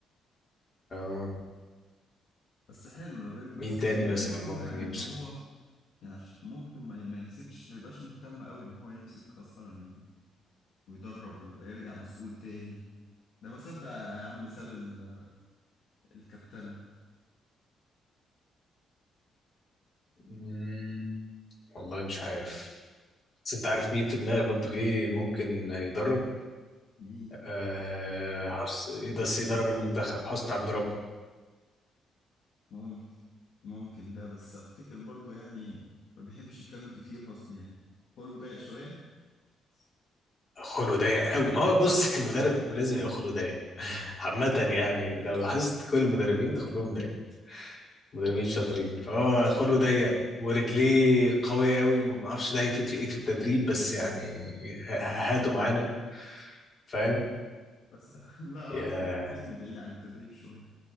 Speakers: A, on the left (about 45°); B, on the left (about 65°).
A: آه
B: بس حلو لو يرجع بس
A: مين
B: حسام
A: تاني
B: الداني
A: مثلا
B: برضه
A: ممكن
B: يعني
A: يمسك
B: اللي هو يعني ش- ممكن ما ما يمسكش ما يبقاش مهتم قوي ان هو يمسك اصلا ويدرب ويبقى يرجع مسؤول تاني ده ما صدق يا عم ساب ال- الكابتنة
A: مم، والله مش عارف بس أنت عارف مين في دماغي برضو جه ممكن يدرب
B: مين
A: آه حسن بس يدرب المنتخب حسني عبد ربه
B: ممكن ممكن ده بس افتكر برضه يعني ما بيحبش يتكلم كتير حسني يعني خلقه ضيق شوية
A: خلقه ضيق قوي ما هو بص <laughs> المدرب لازم يبقى خلقه ضيق عامة يعني لو لاحظت كل المدربين خلقهم ضيق مدربين شاطرين فهو خلقه ضيق ورجليه قوية قوي ما اعرفش ده هيفيد في ايه في التدريب بس يعني ه- هاته معانا فاهم
B: بس <laughs> لا
A: يا
B: اعتقد حسني بعيد عن التدريب شوية